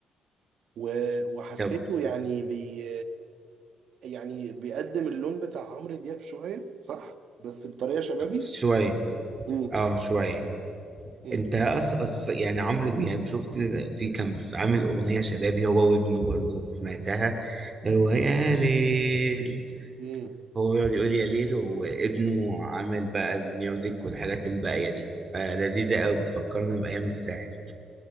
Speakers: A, on the right (about 70°); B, on the right (about 35°).
A: و- وحسيته
B: طب
A: يعني بي يعني بيقدم اللون بتاع عمرو دياب شوية صح بس بطريقة شبابي
B: شويه
A: امم
B: اه شويه
A: امم
B: انت اصلا يعني عمرو دياب شفت في كان في عامل اغنيه شبابي هو وابنه برضه سمعتها هو يا ليل
A: امم
B: هو بيقعد يقول يا ليل وابنه عامل بقى الميوزك والحاجات الباقية دي فلذيذة قوي بتفكرنا بأيام الساحل